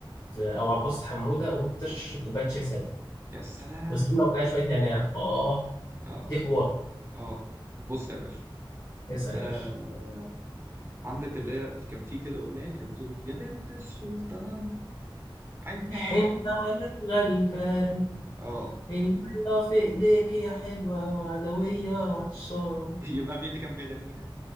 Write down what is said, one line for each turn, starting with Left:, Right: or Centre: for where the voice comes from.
Left: في- أو عباس حمودة وأنت تشرب كوباية شاي سادة
Right: يا سلام
Left: وسلم لو عليها شوية نعناع آه
Right: اه
Left: دي حوار
Right: اه بص يا باشا
Left: اسأل
Right: آه
Left: يا باشا
Right: عندك اللي هي كان في كده اغنيه كانت بتقول يا بنت السلطان عيني
Left: حنت
Right: على
Left: على الغلبان
Right: اه
Left: المية في إيديك يا حلوة وعدوية عطشان
Right: <laughs> يبقى مين اللي كان بيغنيها